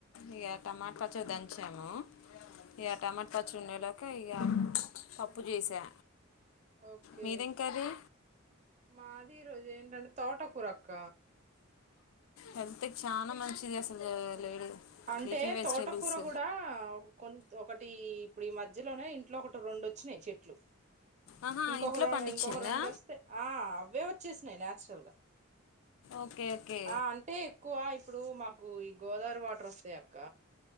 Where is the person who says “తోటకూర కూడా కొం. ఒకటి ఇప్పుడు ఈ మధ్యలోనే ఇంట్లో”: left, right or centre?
Right